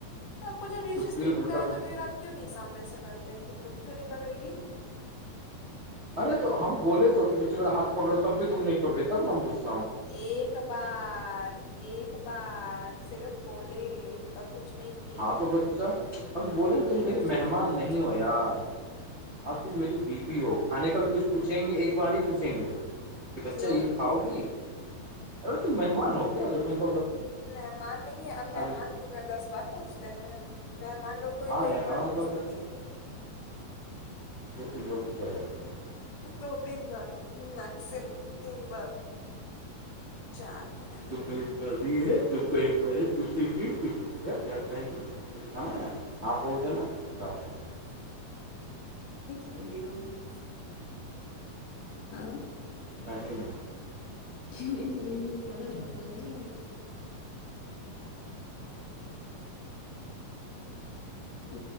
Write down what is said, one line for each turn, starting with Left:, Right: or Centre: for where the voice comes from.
Left: त आको जब य
Right: कुछ
Left: चीज
Right: भी
Left: दिखता
Right: उल्टा
Left: है तो
Right: पुल-
Left: फिर आप क्यों नहि सामने करतै हैं की तुम कियों न पकड़ेगी
Right: अरे त हम बोले तो कि बच्चे मेरा हाथ पकड़ो तब भी तुम नहि पकड़ी तब ने हम घुस
Left: एक बार एक बार सिर्फ बोले और कुछ नहीं किए
Right: हँं तो बच्चा अब त बोले तुम
Left: ठीक
Right: मेे
Left: है तो चली
Right: मेहमान
Left: जाओ तुम
Right: नहि
Left: चली
Right: हो यार
Left: जाओ
Right: आब तुम मेरी बीबी हो खाने का भी कु पुछेंगे एक बारी पूछेंगे कि बच्चा
Left: क्यों
Right: ई खाओगी अरे तुम मेहमान हो क्या जरूरी है
Left: मेहमान नहि है अब मेहमान
Right: लीजिए
Left: को क दस बार पूछते हैं मे मान लोको को
Right: हाँ
Left: ह तो
Right: यार
Left: एक
Right: मेहमान
Left: बार पूछताछ
Right: का तो
Left: छोड़
Right: क विद्यालय ह
Left: दो तीन बार मैक्सिमम तीन बार चार बार
Right: त बी है त एक बारी पूछेी कि बच्चा क्या खायगी दिखा न ह हां बोल देना खिला दें
Left: लिए हँ
Right: बहिने
Left: ख-लै पहिले अलग बात हो जाग नहि तऽ ह